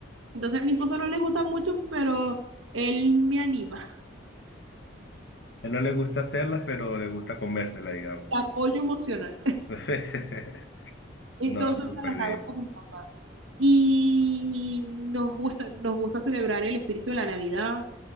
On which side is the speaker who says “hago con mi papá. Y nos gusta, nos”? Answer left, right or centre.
Right